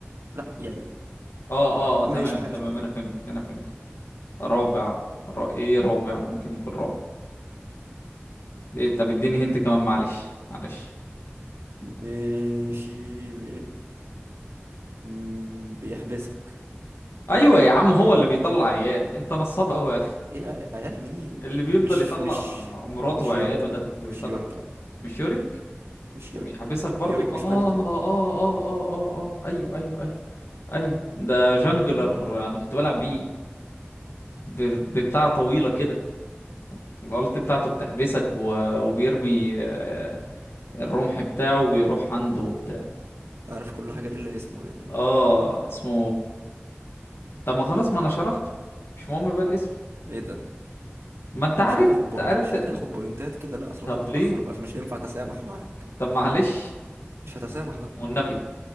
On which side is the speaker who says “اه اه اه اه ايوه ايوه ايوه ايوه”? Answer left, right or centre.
Left